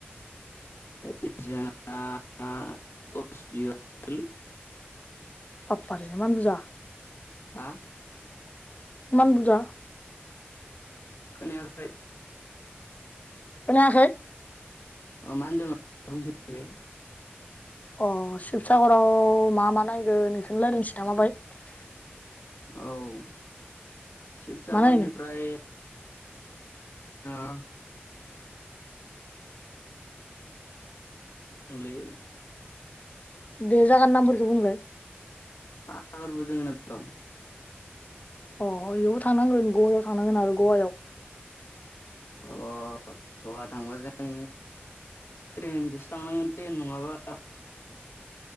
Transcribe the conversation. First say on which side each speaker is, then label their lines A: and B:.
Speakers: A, on the left (about 75°); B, on the left (about 40°).
A: <unintelligible> दसबिगा <unintelligible>
B: बापपारे एमान बुजा।
A: हा।
B: मान बुजा।
A: खोनायाखै।
B: खोनायाखै।
A: ओ मा होनदोमोन बुंफिनलाय।
B: अह शिबसागराव मा मा नायगोन इखोनो लायरायनोसैनामा बाहाय।
A: औ। शिबसागरनिफ्राय
B: मा नायनो
A: <unintelligible> <unintelligible> लै।
B: दे जागानि नामफोरखो बुंलाय।
A: <unintelligible>
B: अ' गयावबो थांनांगोन गवायाव थांनांगोनआरो गवायाव।
A: अह गवाथांब जों ट्रेनजोसो थांनांगोन ट्रेन नङाबा